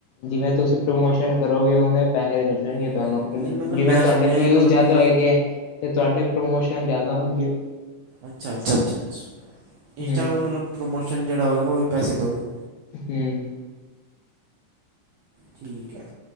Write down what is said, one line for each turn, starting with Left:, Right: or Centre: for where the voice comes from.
Left: ਜਿਵੇਂ ਤੁਸੀਂ ਪ੍ਰਮੋਸ਼ਨ ਕਰੋਗੇ ਉਹਨੇ ਪੈਸੇ ਮਿਲਣ ਮਿਲਣਗੇ
Right: ਹਮ,
Left: ਤੁਹਾਨੂੰ
Right: ਨਹੀਂ ਮਤਲਬ
Left: ਜਿਵੇਂ
Right: ਮੈਂ
Left: ਤੁਹਾਡੇ
Right: ਸੁਣਿਆ ਹੈ
Left: ਵਿਊਜ਼
Right: ਮਤਲਬ
Left: ਜਿਆਦਾ
Right: ਜਿਵੇਂ
Left: ਹੋਏਗੇ। ਤੇ ਤੁਹਾਡੇ ਪ੍ਰਮੋਸ਼ਨ ਜ਼ਿਆਦਾ ਹੋਣਗੇ
Right: ਅੱਛਾ- ਅੱਛਾ, ਅੱਛਾ -ਅੱਛਾ
Left: ਹਮ
Right: ਇੰਸਟਾਗ੍ਰਾਮ ਮਤਲਬ ਪ੍ਰਮੋਸ਼ਨ ਜਿਹੜਾ ਹੋਵੇਗਾ ਉਹ ਵੀ ਪੈਸੇ ਦੇਊਗਾ।
Left: ਹਮ
Right: ਠੀਕ ਹੈ